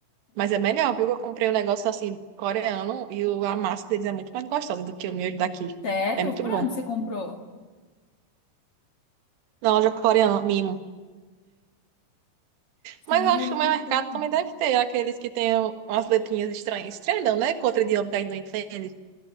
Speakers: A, on the right; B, on the left.
A: Mas é melhor, viu? Eu comprei um negócio assim, coreano, e o- a massa deles é muito mais gostosa do que o meu daqui.
B: Sério?
A: É muito
B: Por
A: bom.
B: onde você comprou?
A: Na loja coreana, mimo. Mas
B: Sério,
A: eu acho que o meu
B: que legal.
A: mercado também deve ter aqueles que têm umas letrinhas estranhas. Estranho não, né? Com outro idioma que a gente não entende.